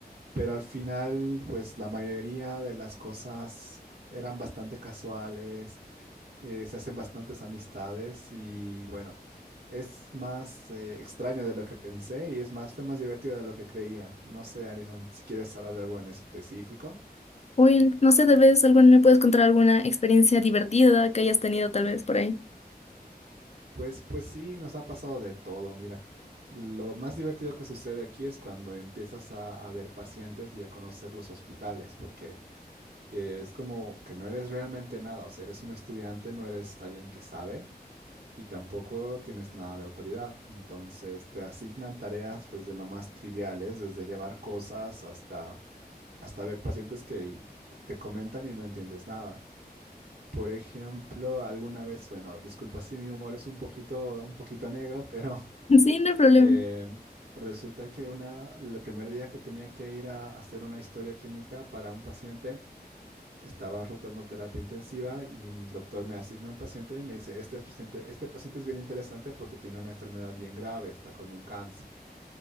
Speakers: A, on the right; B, on the left.
A: pero al final, pues la mayoría de las cosas eran bastante casuales eh, se hacen bastantes amistades y bueno, es más eh, extraño de lo que pensé y es más, fue más divertido de lo que creía. No sé, Alison, si quieres hablar de algo en específico,
B: Uy, no sé, tal vez alguna, me puedes contar alguna experiencia divertida que hayas tenido tal vez por ahí.
A: pues, pues sí, nos ha pasado de todo, mira. Lo más divertido que sucede aquí es cuando empiezas a, a ver pacientes y a conocer los hospitales, porque eh, es como que no eres realmente nada, o sea, eres un estudiante, no eres alguien que sabe, y tampoco tienes nada de autoridad. Entonces te asignan tareas pues de lo más triviales, desde llevar cosas hasta, hasta ver pacientes que te comentan y no entiendes nada. Por ejemplo, alguna vez, bueno, disculpa si mi humor es un poquito, un poquito negro, pero
B: <laughs> Sí, no hay problema.
A: <laughs> eh, resulta que una, el primer día que tenía que ir a hacer una historia clínica para un paciente, estaba rotando terapia intensiva y el doctor me asigna un paciente y me dice, este es paciente, este paciente es bien interesante porque tiene una enfermedad bien grave, está con un cáncer.